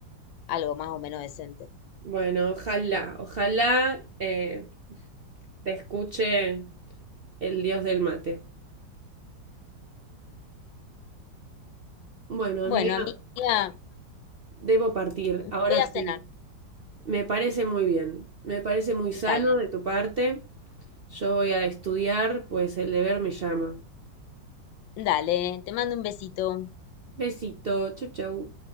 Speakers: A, on the left (about 80°); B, on the right (about 55°).
A: algo más o menos decente.
B: Bueno, ojalá. Ojalá eh, te escuche el dios del mate. Bueno,
A: Bueno,
B: amiga,
A: amiga,
B: debo partir.
A: me
B: Ahora
A: voy
B: sí.
A: a cenar.
B: Me parece muy bien. Me parece muy sano
A: Dale,
B: de tu parte. Yo voy a estudiar, pues el deber me llama.
A: dale, te mando un besito.
B: Besito. Chau, chau.